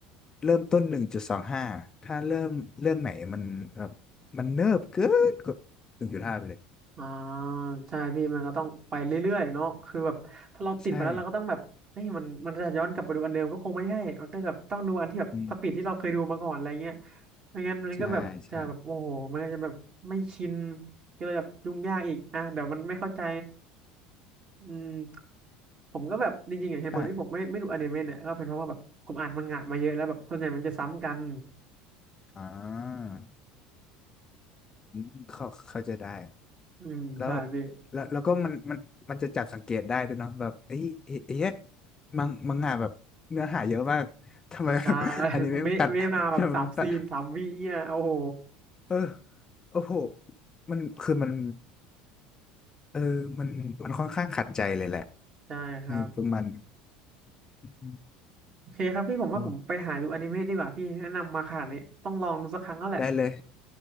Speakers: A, on the left; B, on the right.
A: เริ่มต้นหนึ่งจุดสองห้าถ้าเริ่มเรื่องไหนมันแบบมันเนิบเกินก็หนึ่งจุดห้าไปเลย
B: อ่าใช่พี่มันก็ต้องไปเรื่อยๆเนาะคือแบบถ้าเราติดไปแล้วเราก็ต้องแบบเฮ้ยมันมันจะย้อนกลับไปดูอันเดิมก็คงไม่ใช่มันก็แบบต้องดูอันที่แบบสปีดที่เราเคยดูมาก่อนอะไรเงี้ย
A: ใช่อืม
B: ไม่งั้นมันก็แบบจะแบบโอ้โหมันก็จะแบบไม่ชิน
A: ใช่ใช่
B: ก็เลยแบบยุ่งยากอีกอ่ะเดี๋ยวมันไม่เข้าใจอืมผมก็แบบจริงๆอ่ะเหตุผลที่ผมไม่ไม่ดูอนิเมะเนี่ยก็เป็นเพราะว่าแบบผมอ่านมังงะมาเยอะแล้วแบบส่วนใหญ่มันจะซ้ำกัน
A: ถ้าอ่า อืมเข้าเข้าใจได้
B: อืมใช่พี่
A: แล้วแล้วแล้วก็มันมันมันจะจับสังเกตได้ด้วยเนาะแบบเอ้ยเอ๊ะเอ๊ะมังมังงะแบบเนื้อหาเยอะมาก <laughs> ทำไม
B: ใช่
A: <laughs>
B: <laughs>
A: อันนี้ไม่ตัด
B: ไม่ไม่มาแบบสามซีนสามวิเนี่ยโอ้โห
A: <laughs> ทำไมมันตัดเออโอ้โหมันคือมันเออมันมันค่อนข้างขัดใจเลยแหละ
B: ได้ครับ
A: ในประมาณหนึ่งอม
B: โอเคครับพี่ผมว่าผมไปหาดูอนิเมะดีกว่าพี่แนะนำมาขนาดนี้ต้องลองดูสักครั้งแล้วแหละ
A: โอ้ได้เลย